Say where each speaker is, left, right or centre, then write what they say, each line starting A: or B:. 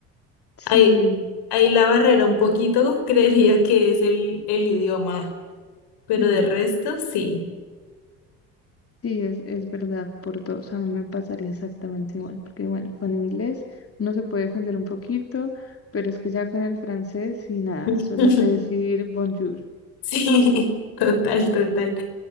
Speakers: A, on the left; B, on the left.
A: sí,
B: Ahí, ahí la barrera un poquito, <laughs> creería que es el, el idioma. pero
A: mm,
B: de resto sí.
A: sí, es, es verdad, por dos. A mí me pasaría exactamente igual, porque bueno, con inglés uno se puede defender un poquito, pero es que ya con el francés y nada,
B: <laughs>
A: solo sé decir bonjour.
B: Sí, total, total.